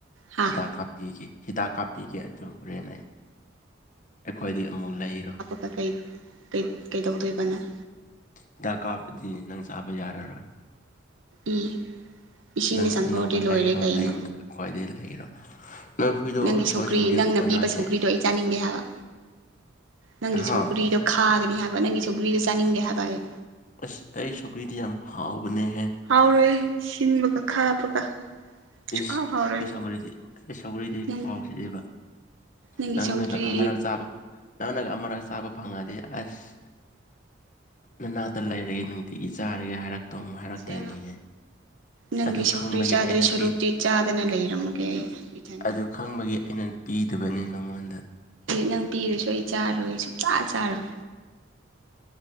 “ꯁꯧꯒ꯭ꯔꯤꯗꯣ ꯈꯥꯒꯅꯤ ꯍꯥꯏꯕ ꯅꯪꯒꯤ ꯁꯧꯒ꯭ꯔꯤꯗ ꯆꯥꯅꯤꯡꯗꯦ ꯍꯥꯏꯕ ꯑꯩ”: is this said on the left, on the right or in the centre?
Right